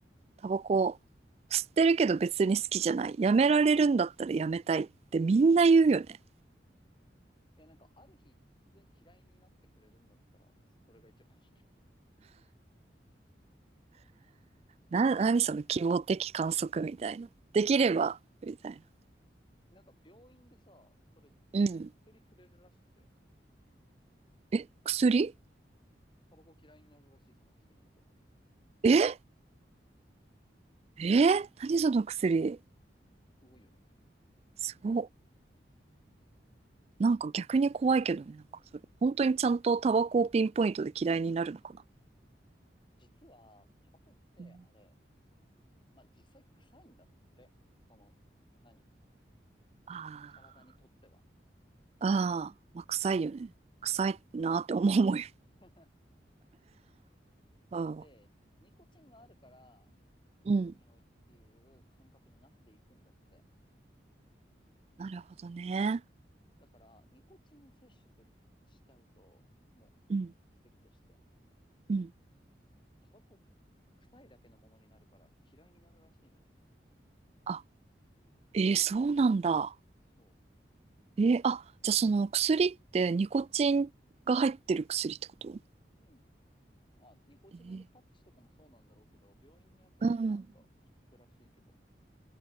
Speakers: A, on the right; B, on the left.
A: タバコ吸ってるけど別に好きじゃない。やめられるんだったらやめたいってみんな言うよね。
B: いや、なんかある日突然嫌いになってくれるんだったら、それが一番いいけ
A: な、何その希望的観測みたいな。できれば、みたいな。
B: ど。なんか病院でさ、それ、
A: うん。
B: 薬くれるらしくて、
A: え、薬
B: タバコ嫌いになるらしい、その薬飲むと。
A: ええ何その薬
B: すごいよね。
A: すごっ。なんか逆に怖いけどね、なんかそれ。本当にちゃんとタバコをピンポイントで嫌いになるのかな。
B: 実は、タバコってあれ、
A: うん、
B: まあ実際臭いんだって。その、何
A: あ
B: 体にとっては。
A: あ、ああ、まあ、臭いよね。臭いなって思うもんよ。
B: <laughs>
A: うん。
B: ってニコチンがあるから
A: うん
B: いい匂いっていう感覚になっていくんだって。
A: なるほどね。
B: だからニコチンを摂取する、しちゃうともう
A: うん。
B: 薬として。
A: うん。
B: タバコ臭いだけのものになるから嫌いになるらしいのよ。
A: あえー、そうなんだ。
B: そ
A: えー、あ、じゃあその薬ってニコチンが入ってる薬ってこと
B: う。うん。まあ、ニコチネルパッチとかもそうなんだろうけど、
A: えー、
B: 病院のやつの方がなんか効くらしいけど。
A: うん。